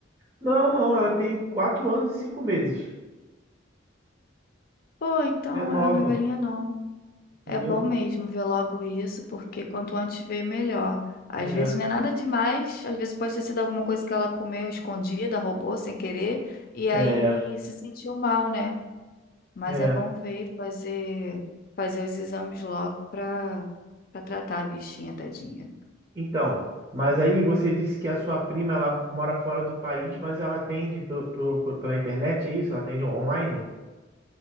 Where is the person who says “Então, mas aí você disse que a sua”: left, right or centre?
Right